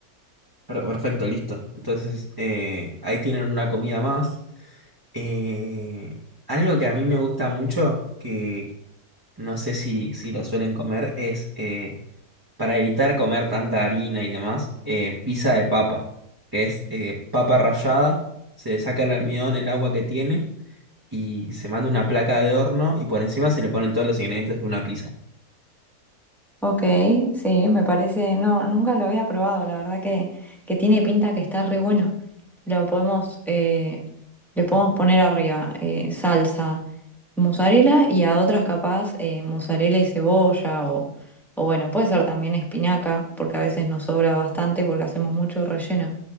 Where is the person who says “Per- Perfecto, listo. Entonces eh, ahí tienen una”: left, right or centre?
Right